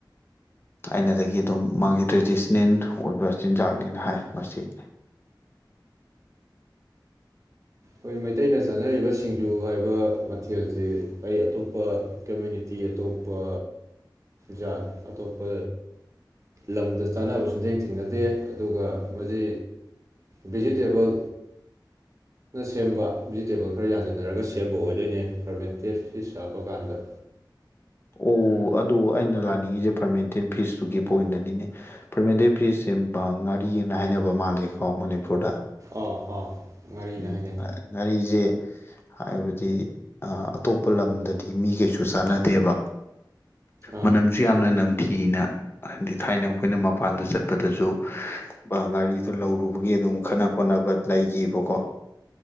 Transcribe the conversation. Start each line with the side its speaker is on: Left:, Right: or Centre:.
Left: ꯑꯩꯅꯗꯒꯤ ꯑꯗꯨꯝ ꯃꯥꯒꯤ ꯇ꯭ꯔꯦꯗꯤꯁꯟꯅꯦꯟ ꯑꯣꯏꯕ ꯆꯤꯟꯖꯥꯛꯅꯦꯅ ꯍꯥꯏ ꯃꯁꯤ
Right: ꯑꯩꯈꯣꯏ ꯃꯩꯇꯩꯅ ꯆꯥꯅꯔꯤꯕ ꯁꯤꯡꯖꯨ ꯍꯥꯏꯕ ꯃꯊꯦꯜꯁꯤ ꯑꯩ ꯑꯇꯣꯞꯄ ꯀꯃ꯭ꯌꯨꯅꯤꯇꯤ ꯑꯇꯣꯞꯄ ꯖꯥꯠ ꯑꯇꯣꯞꯄ ꯂꯝꯗ ꯆꯥꯅꯕꯁꯨ ꯊꯦꯡ ꯊꯦꯡꯅꯗꯦ ꯑꯗꯨꯒ ꯃꯁꯤ ꯚꯤꯖꯤꯇꯦꯕꯜ ꯁꯦꯝꯕ ꯚꯤꯖꯤꯇꯦꯕꯜ ꯈꯔ ꯌꯥꯟꯖꯟꯅꯔꯒ ꯁꯦꯝꯕ ꯑꯣꯏꯗꯣꯏꯅꯦ ꯐꯔꯃꯦꯟꯇꯦꯠ ꯐꯤꯁ ꯍꯥꯞꯄ ꯀꯥꯟꯗ
Left: ꯑꯣ ꯑꯗꯨꯗꯣ ꯑꯩꯅ ꯂꯥꯛꯅꯤꯡꯉꯤꯁꯦ ꯐꯔꯃꯦꯟꯇꯦꯟ ꯐꯤꯁ ꯑꯗꯨꯨꯒꯤ ꯄꯣꯏꯟꯗꯅꯤꯅꯤ ꯄꯔꯃꯇꯔꯤ ꯐꯤꯁ ꯁꯦꯝ ꯉꯥꯔꯤꯑꯅ ꯍꯥꯏꯅꯕ ꯃꯥꯜꯜꯂꯤꯦꯀꯣꯅꯤ ꯃꯄꯨꯔꯗ
Right: ꯑꯥꯎ ꯑꯥꯎ ꯉꯥꯔꯤꯅ
Left: ꯎ
Right: ꯍꯥꯏꯅꯩ
Left: ꯉꯔꯤꯁꯦ ꯍꯥꯏꯕꯗꯤ ꯑꯇꯣꯞꯄ ꯂꯝꯗꯗꯤ ꯃꯤ ꯀꯩꯁꯨ ꯆꯥꯟꯅꯗꯦꯕ
Right: ꯑꯥ
Left: ꯃꯅꯝꯁꯨ ꯌꯥꯝꯅ ꯅꯝꯊ ꯊꯤꯅ ꯍꯥꯏꯗꯤ ꯊꯥꯏꯅ ꯑꯩꯈꯣꯏꯅ ꯃꯄꯥꯟꯗ ꯆꯠꯄꯗꯁꯨ ꯉꯥꯔꯤꯗꯨꯣ ꯂꯧꯔꯨꯕꯒꯤ ꯑꯗꯨꯝ ꯈꯠꯅ ꯈꯣꯠꯅꯕ ꯂꯩꯈꯤꯕꯀꯣ